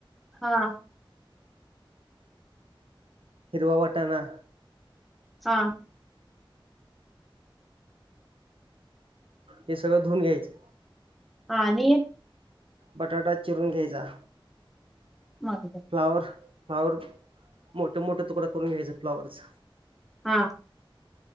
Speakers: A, in the centre; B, on the right.
A: हा
B: हिरवा वटाणा
A: हा
B: हे सगळं धुऊन घ्यायचं.
A: हा आणि
B: बटाटा चिरून घ्यायचा.
A: <unintelligible>
B: फ्लावर फ्लाॉवर मोठे मोठं तुकडं करून घ्यायचं फ्लाॉवरच.
A: हा